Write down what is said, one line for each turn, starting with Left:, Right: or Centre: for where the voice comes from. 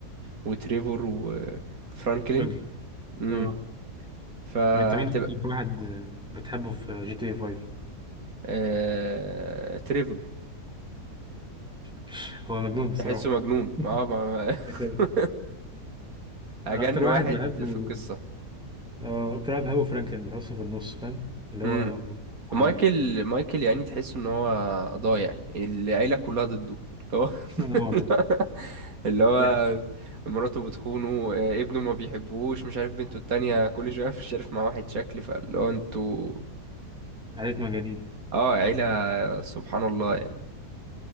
Right: وتريفور وفرانكلين
Centre: فرانكلين
Right: امم
Centre: اه
Right: فهتبقى
Centre: طب انت مين أكتر واحد آه، بتحبه في جي تي 5
Right: آه... تريفور
Centre: <laughs> هو مجنون بصراحة
Right: تحسه مجنون
Centre: <laughs>
Right: ما اه ما <laughs>
Centre: كده
Right: ما- اجن
Centre: أنا أكتر واحد
Right: واحد
Centre: بحبه
Right: في القصة
Centre: آه، أكتر لاعب هو فرانكلين بحسه في النص فاهم اللي
Right: امم
Centre: هو حد
Right: مايكل
Centre: يعني
Right: مايكل يعني تحسه ان هو ضايع العيلة كلها ضده اللي هو
Centre: <laughs> لا
Right: <laughs>
Centre: والله
Right: اللي هو
Centre: ضحك
Right: مراته بتخونه آه، ابنه ما بيحبوش مش عارف بنته التانية كل شوية مش عارف مع واحد شكل فاللي هو انتوا
Centre: عليت مجانين
Right: اه عيلة سبحان الله يعني